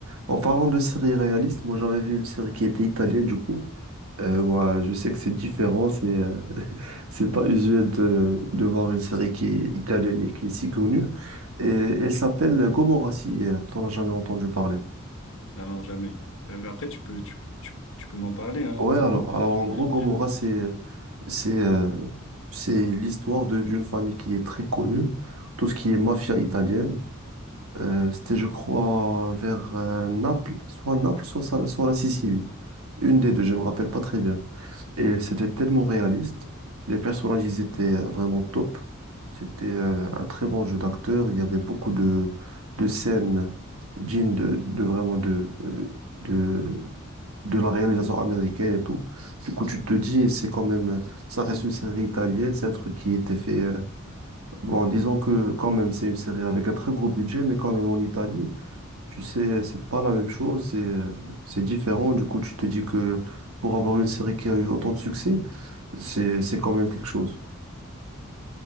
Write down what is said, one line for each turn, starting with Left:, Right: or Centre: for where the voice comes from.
Right: En parlant de séries réalistes, moi, j'avais vu une série qui était italienne, du coup. Euh, ouais, je sais que c'est différent, c'est euh, c'est pas usuel de, de voir une série qui est italienne et qui est si connue. Et elle s'appelle Gomorrah, si euh, t'en as jamais entendu parler.
Left: Ah non, jamais. Euh, mais Après, tu peux, tu, tu, tu peux m'en parler, hein.
Right: Ouais,
Left: Ça
Right: alors,
Left: peut me faire
Right: alors
Left: découvrir
Right: en gros, Gomorrah,
Left: quelque chose.
Right: c'est, c'est, euh, c'est l'histoire de, d'une famille qui est très connue, tout ce qui est mafia italienne. Euh, c'était, je crois, vers euh, Naples, soit Naples, soit, sa- soit la Sicile. Une des deux, je me rappelle pas très bien. Et c'était tellement réaliste. Les personnages, ils étaient euh, vraiment top. C'était euh, un très bon jeu d'acteur. Il y avait beaucoup de, de scènes dignes de, de vraiment de, euh, de, de la réalisation américaine et tout. Du coup, tu te dis, c'est quand même, ça reste une série italienne. C'est un truc qui était fait, euh, bon, disons que quand même, c'est une série avec un très gros budget, mais quand même en Italie, tu sais, c'est pas la même chose. C'est, euh, c'est différent. Du coup, tu te dis que pour avoir une série qui a eu autant de succès, c'est, c'est quand même quelque chose.